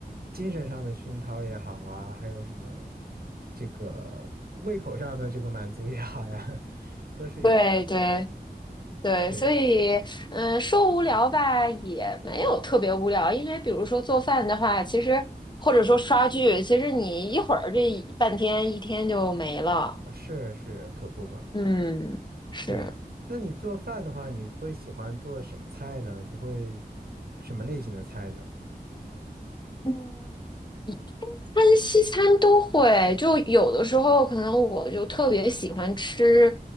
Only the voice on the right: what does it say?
精神上的熏陶也好啊，还有什么这个胃口上的这个满足也好呀，<laughs> 都是有。
是
啊是是，可不嘛。
对，那你做饭的话，你会喜欢做什么菜呢？你会什么类型的菜呢？